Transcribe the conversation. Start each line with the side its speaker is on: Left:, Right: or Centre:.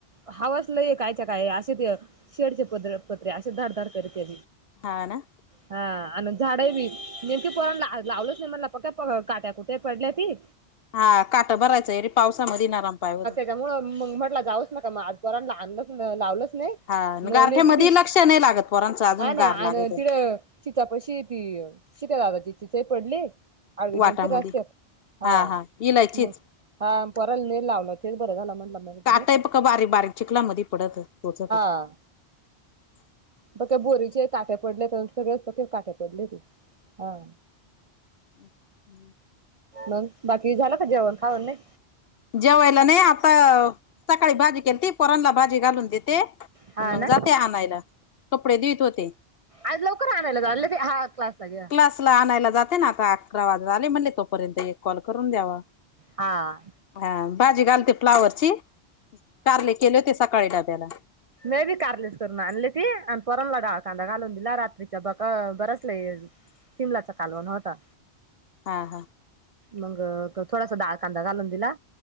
Right: हवासलंय कायच्यां कायं असे ते शेडचे प्र पत्रे असे धडधड करतते
Left: हां नां
Right: हां आणि झाडं बी नेमकी परणं लावलंच नाहीं मलां पणं काट्यां कुठं ते पडले बी
Left: हां कांटा भरायचंय रे पावसांमध्यें नरंम पांय होतील
Right: त्यामुळें मंग म्हटलं जाऊचं नकां मंग आंज परांला अं लावलंच नाहीं
Left: हा
Right: न
Left: गारठ्यामध्ये
Right: नेमकी तिसं
Left: लक्ष नाही लागत पोरांचं अजून
Right: हं नां
Left: गार
Right: आणि
Left: लागत आहे
Right: तिलां तिच्याशी ती शेतां दादाची चिचा पडलें आळवी
Left: वाटामध्ये
Right: नेमकी रस्त्यांत हां
Left: हा हा इलायचीच
Right: मंग हां पोरं ने लावलं तेचं बरं झालं म्हटलं माझं तुं
Left: टायंप कां बारीक बारीक चीखलांमध्यें पडतं पोचतो
Right: हां त्यां बोरीचे काटे पडले तरं सगळें काटे पडले की हां
Left: हम्मं
Right: मंग बाकी झालायं कां जेवणं खांवन नाहीं
Left: जेवायलां नाहीं आंता सकाळीं भाजी केलती पोरांनलां भाजी घालूंन देते आणि
Right: हा
Left: मंग
Right: ना
Left: जाते आणांयला कपडे देतं होते
Right: आंज लवकरं रां आणांयलालं ते हां क्लासं संगे
Left: क्लासंला आणांयला जाते नां आंता अकरां वाजतं आलें म्हणले तोपर्यंत एक कॉल करूंन द्यांवा
Right: हां
Left: हां भांजी घालते फ्लावरची कार्ले केले होते सकाळीं डाब्यांला
Right: मे बी कारलीस करूंन आणली ती आणि पोरांनला डाळं कांदा घालूंन दिलां रात्रीच्यां बकां बरंच लंय शिमलांचा कालवणं होतां
Left: हा हा
Right: मंग थोडांसा डाळं कांदा घालूंन दिलां